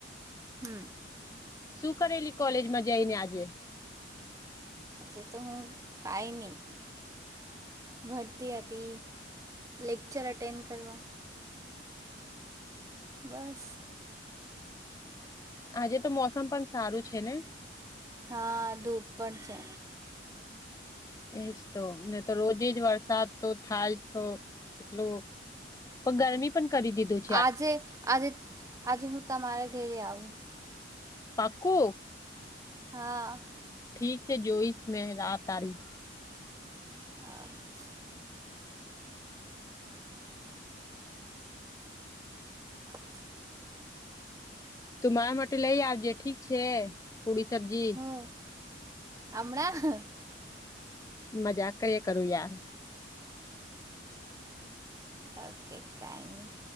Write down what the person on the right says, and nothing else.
હમ્મ.
જે તો હું કાંઈ ની, ભણતી હતી. લેક્ચર અટેન્ડ કરવા બસ.
હાં, ધૂપ પણ છે.
આજે, આજે, આજે હું તમારા ઘેરે આવું.
હા
<unintelligible> <inaudible>
હ, અમણાં?
ઓકે કાંઈ ની.